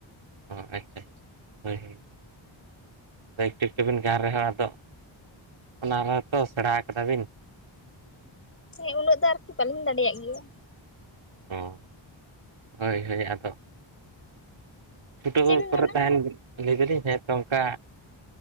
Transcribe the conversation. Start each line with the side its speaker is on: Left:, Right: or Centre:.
Right: ᱚ ᱟᱪᱷᱟ ᱟᱪᱷᱟ ᱦᱳᱭ ᱦᱳᱭ ᱾ ᱟᱫᱚ ᱮᱠᱴᱩ ᱮᱠᱴᱩᱵᱤᱱ ᱜᱟᱱ ᱨᱮᱦᱚᱸ ᱟᱫᱚ ᱚᱱᱟ ᱨᱮᱛᱚ ᱥᱮᱬᱟ ᱟᱠᱟᱫᱟ ᱵᱤᱱ
Left: ᱦᱮᱸ ᱩᱱᱟᱹᱜ ᱫᱚ ᱟᱨᱠᱤ ᱵᱟᱹᱞᱤᱧ ᱫᱟᱲᱮᱭᱟᱜ ᱜᱮᱭᱟ ᱾
Right: ᱚᱸ ᱦᱳᱭ ᱦᱳᱭ ᱟᱫᱚ ᱪᱷᱩᱴᱟᱹᱣ
Left: ᱪᱮᱫ ᱵᱤᱱ
Right: ᱠᱚᱨᱮ
Left: ᱢᱮᱱᱟ?
Right: ᱛᱟᱦᱮᱱ ᱵᱤᱱ ᱞᱟᱹᱭ ᱫᱟᱞᱤᱧ ᱦᱮᱸ ᱛᱚ ᱚᱱᱠᱟ